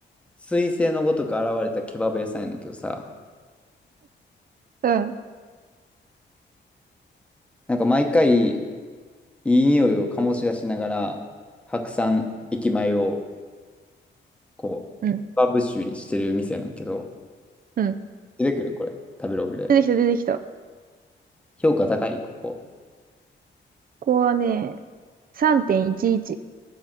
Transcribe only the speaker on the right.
うん、
うん、うん。
出てきた、出てきた。こ
こはね、3.11。